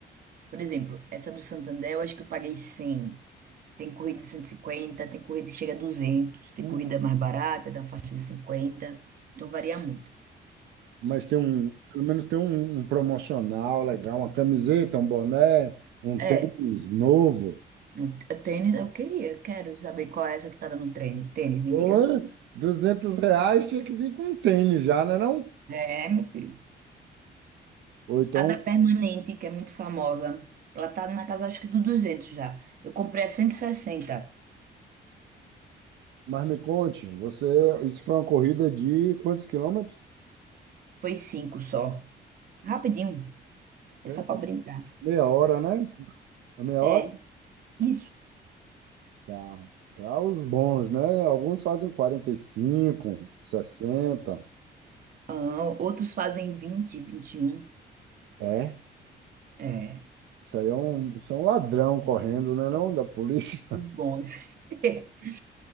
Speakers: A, on the right; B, on the right.
A: Por exemplo, essa do Santander, eu acho que eu paguei 100. Tem corrida de 150, tem corrida que chega a 200, tem
B: Hum.
A: corrida mais barata, da faixa de 50. Então varia muito.
B: Mas tem um, pelo menos tem um, um promocional legal, uma camiseta, um boné, um
A: É,
B: tênis novo.
A: o t- o tênis eu queria, eu quero saber qual é essa que tá dando treino. Tênis, me
B: Ou
A: diga.
B: 200 reais tinha que vir com um tênis já, não é não?
A: É, meu filho.
B: Ou então,
A: A da Permanente, que é muito famosa. Ela tá na casa, acho que do 200 já. Eu comprei a cento e sessenta,
B: mas me conte, você, isso foi uma corrida de quantos quilômetros?
A: Foi cinco só. Rapidinho. É
B: É,
A: só pra brincar.
B: Meia hora, né? É Meia
A: É,
B: hora?
A: isso.
B: Tá. Para os bons, né? Alguns fazem quarenta e cinco, sessenta.
A: Ah, outros fazem vinte, vinte e um.
B: É.
A: É,
B: Isso aí é um, isso é um ladrão correndo, né, não, da polícia. <laughs>
A: os bons. <laughs>